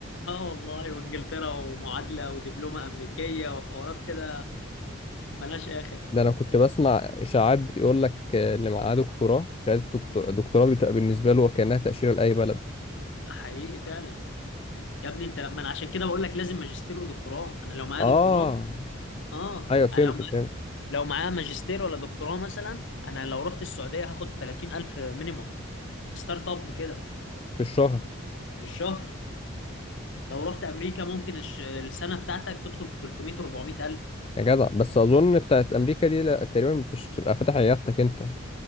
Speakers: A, on the left (about 60°); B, on the left (about 25°).
A: اه والله وانجلترا ومعادله ودبلومه امريكيه وحوارات كده ملهاش اخر
B: ده انا كنت بسمع اشاعات بتقول لك اللي معاه دكتوراه شهاده دكتو- دكتوراه بتبقى بالنسبه له وكانها تاشيره لاي بلد
A: حقيقي فعلا يا ابني انت ما انا عشان كده بقول لك لازم ماجستير ودكتوراه انا لو معايا
B: اه
A: دكتوراه اه
B: ايوه فهمت
A: انا لو
B: فهمت
A: لو معاه ماجستير ولا دكتوراه مثلا انا لو رحت السعوديه هاخد 30000 مينيموم ستارت اب كده
B: في الشهر
A: في الشهر لو رحت امريكا ممكن الش- السنه بتاعتك تدخل في 300 400000
B: يا جدع بس اظن بتاعت امريكا دي لا تقريبا بتش- بتبقى فاتح عيادتك انت